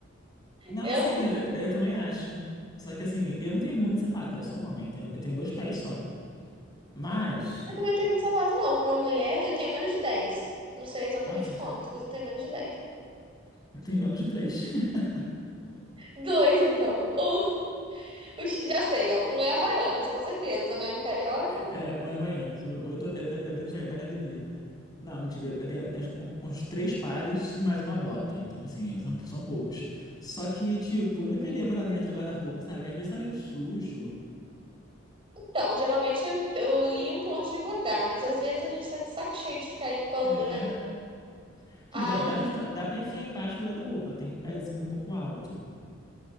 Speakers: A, on the left; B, on the right.
A: Não,
B: Eu,
A: sim,
B: não-
A: eu, eu também acho. Só que assim, eu não tenho muito sapato, né? Eu sou um homem, tenho- eu tenho dois pés só. Mas,
B: eu também não tenho muito sapato, não. Pra uma mulher, eu tenho menos de 10. Não sei exatamente
A: nossa, <laughs>
B: quanto, mas eu tenho menos de 10.
A: eu tenho menos de três. <laughs>
B: Dois, então. Um, <laughs> o chi- já sei, ó. Um é Havaianas, com certeza, né? Carioca.
A: É, um é Havaianas, o outro é é- é tênis da, da academia. Não, mentira, eu tenho, eu tenho acho um- uns três pares e mais uma bota. Então, assim, eu- são, são poucos. Só que, tipo, eu não queria
B: Ah.
A: botar dentro do guarda-roupa, sabe? Às vezes tá meio sujo.
B: Então, geralmente eu, eu limpo antes de guardar, mas às vezes a gente tá de saco cheio de ficar limpando,
A: É.
B: né?
A: Tipo,
B: Aí.
A: dá, dá pra ficar, dá pra enfiar embaixo do guarda-roupa. Tem um pezinho um pouco alto.